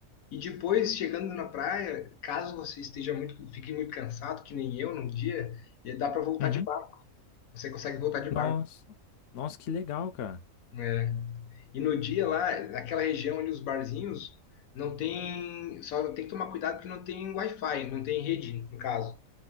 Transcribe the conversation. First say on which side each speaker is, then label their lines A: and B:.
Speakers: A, on the left; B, on the left.
A: E depois, chegando na praia, caso você esteja muito, fique muito cansado, que nem eu num dia, e dá para voltar
B: Uhum.
A: de barco. Você consegue voltar de barco.
B: Nossa. Nossa, que legal, cara.
A: né? E no dia lá, naquela região ali, os barzinhos, não tem. Só tem que tomar cuidado porque não tem Wi-Fi, não tem rede, no caso.